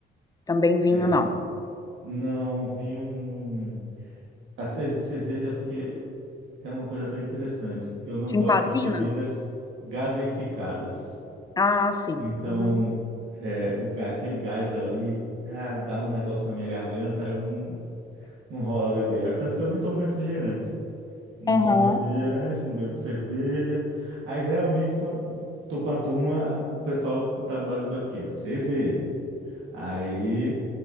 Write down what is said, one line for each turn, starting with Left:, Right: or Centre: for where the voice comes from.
Left: Também vinho
Right: É,
Left: não.
Right: não, vinho. não- A cer- cerveja, é porque é uma coisa até interessante. Eu não
Left: Chimpazina?
Right: gosto de bebidas gaseificadas.
Left: Ah, sim.
Right: Então,
Left: Uhum.
Right: é, o, ga- aquele gás ali ah, dá um negócio na minha garganta, aí eu não, não rola beber. Tanto que eu nem tomo refrigerante. Eu não
Left: Aham.
Right: tomo refrigerante, não bebo cerveja. Aí geralmente quando tô com a turma, o pessoal tá no barzinho bebe o quê? Cerveja. Aí